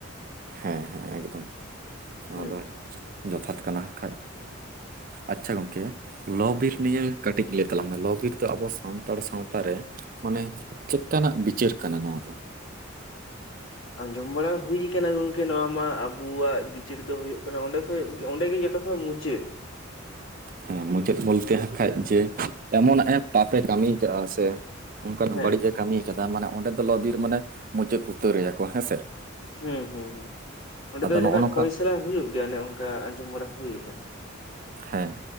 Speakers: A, on the right; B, on the left.
A: ᱦᱮᱸ ᱦᱮᱸ ᱮᱠᱫᱚᱢ ᱱᱚᱣᱟ
B: ᱦᱩᱸ
A: ᱫᱚᱼᱼ
B: ᱦᱩᱸ
A: ᱡᱚᱛᱷᱟᱛ ᱠᱟᱱᱟ ᱠᱷᱟᱡ ᱟᱪᱪᱷᱟ ᱜᱚᱢᱠᱮ ᱞᱚ ᱵᱤᱨ ᱱᱤᱭᱟᱹ ᱠᱟᱹᱴ ᱴᱤᱡ ᱞᱟᱹᱭ ᱛᱟᱞᱟᱝ ᱢᱮ ᱞᱚ ᱵᱤᱨ ᱫᱚ ᱟᱵᱚ ᱥᱟᱱᱛᱟᱲ ᱥᱟᱶᱛᱟ ᱨᱮᱼᱼ ᱢᱟᱱᱮ ᱪᱮᱫ ᱠᱟᱱᱟᱜ ᱵᱤᱪᱟᱹᱨ ᱠᱟᱱᱟ ᱱᱚᱣᱟ ᱫᱚ?
B: ᱟᱸᱡᱚᱢ ᱵᱟᱲᱟ ᱦᱩᱭ ᱟᱠᱟᱱᱟ ᱜᱚᱝᱠᱮ ᱱᱚᱣᱟ ᱢᱟ ᱟᱵᱩᱣᱟᱜ ᱵᱤᱪᱟᱹᱨ ᱫᱚ ᱦᱚᱭᱚᱜ ᱠᱟᱱᱟ ᱚᱸᱰᱮ ᱦᱚᱭᱟᱜ ᱜᱮ ᱚᱸᱰᱮ ᱜᱮ ᱡᱚᱛᱚ ᱠᱷᱚᱡ ᱢᱩᱪᱟᱹᱫ,
A: ᱦᱮᱸ ᱢᱩᱪᱟᱹᱫ ᱵᱩᱞᱛᱮ ᱦᱟᱸᱜ ᱠᱷᱟᱡ ᱡᱮ ᱮᱢᱚᱱ ᱮᱸ ᱯᱟᱯᱮ ᱠᱟᱢᱤᱭ ᱠᱟᱜ-ᱟ ᱥᱮ ᱚᱱᱠᱟᱱ
B: ᱦᱮᱸ
A: ᱵᱟᱹᱲᱤᱡ ᱮ ᱠᱟᱢᱤᱭ ᱠᱟᱫᱟ ᱢᱟᱱᱮ ᱚᱸᱰᱮ ᱫᱚ ᱞᱚ ᱵᱤᱨ ᱢᱟᱱᱮ ᱢᱩᱪᱟᱹᱫ ᱩᱛᱟᱹᱨ ᱨᱮᱭᱟ ᱠᱚ ᱦᱮᱸ ᱥᱮ᱾
B: ᱦᱩᱸ ᱦᱩᱸ ᱚᱸᱰᱮ ᱫᱚ
A: ᱱᱚᱜᱼᱚ
B: ᱡᱟᱦᱟᱸᱱᱟᱜ
A: ᱱᱚᱝᱠᱟ
B: ᱯᱷᱚᱭᱥᱟᱞᱟ ᱦᱩᱭᱩᱜ ᱜᱮᱭᱟ ᱚᱱᱮ ᱚᱱᱠᱟ ᱟᱸᱡᱚᱢ ᱵᱟᱲᱟ ᱦᱩᱭ ᱟᱠᱟᱱᱟ,
A: ᱦᱮᱸ